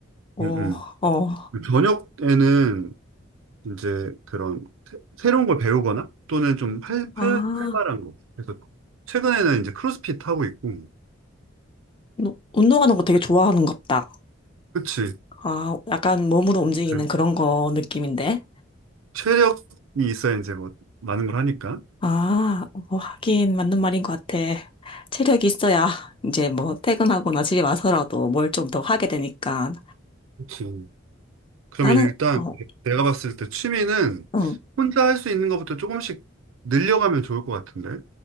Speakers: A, on the left; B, on the right.
A: 어,
B: 음.
A: 어.
B: 저녁에는 이제 그런 새- 새로운 걸 배우거나 또는 좀 활,
A: 아,
B: 활, 활발한 거. 그래서 최근에는 이제 크로스핏 하고 있고,
A: 너 운동하는 거 되게 좋아하는갑다.
B: 그치.
A: 아, 약간 몸으로 움직이는
B: 그
A: 그런 거 느낌인데.
B: 체력이 있어야 이제 뭐 많은 걸 하니까.
A: 아, 어, 하긴 맞는 말인 것 같아. 체력이 있어야 이제 뭐 퇴근하거나 집에 와서라도 뭘 좀 더 하게 되니까.
B: 그치. 그러면
A: 나는,
B: 일단
A: 어,
B: 내가 봤을 때 취미는
A: 응,
B: 혼자 할 수 있는 것부터 조금씩 늘려가면 좋을 것 같은데.